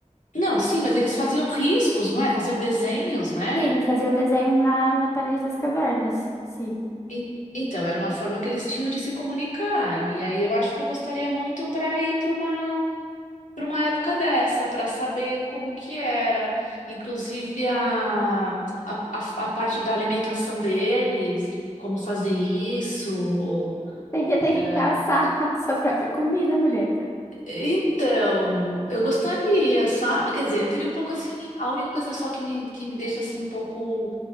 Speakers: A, on the left (about 85°); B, on the left (about 25°).
A: Não, sim, mas eles faziam riscos, não é? Faziam desenhos, né?
B: Sim, faziam desenho na, na parede das cavernas. Sim.
A: En- Então, era uma forma que eles tinham de se comunicar. E aí eu acho que eu gostaria muito para ir para uma para uma época dessa, para saber como que era, inclusive a, a, a, a parte da alimentação deles, de como fazer isso.
B: <laughs> teria ter
A: É,
B: que caçar <laughs> a sua própria comida, mulher.
A: Então, eu gostaria, sabe? Quer dizer, eu teria um pouco assim, a única coisa só que me, que me deixa assim um pouco